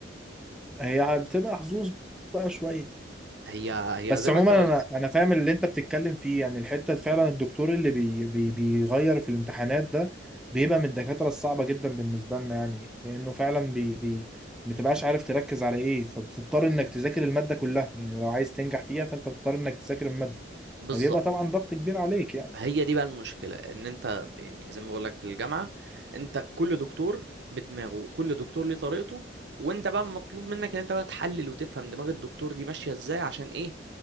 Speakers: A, in the centre; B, on the right.
A: هي بتبقى حظوظ بقى شويه
B: هي هي
A: بس
B: زي
A: عموما
B: ما أنت قلت
A: انا انا فاهم اللي انت بتتكلم فيه يعني الحته فعلا الدكتور اللي بي بي بيغير في الامتحانات ده بيبقى من الدكاتره الصعبه جدا بالنسبه لنا يعني لانه فعلا بي بي ما بتبقاش عارف تركز على ايه فبتضطر انك تذاكر الماده كلها يعني لو عايز تنجح فيها فانت بتضطر انك تذاكر الماده
B: بالظبط
A: فبيبقى طبعا ضغط كبير عليك يعني
B: هي دي بقى المشكلة ان انت يعني زي ما بقول لك في الجامعة انت كل دكتور بدماغه وكل دكتور ليه طريقته وانت بقى مطلوب منك ان انت بقى تحلل وتفهم دماغ الدكتور دي ماشية ازاي عشان ايه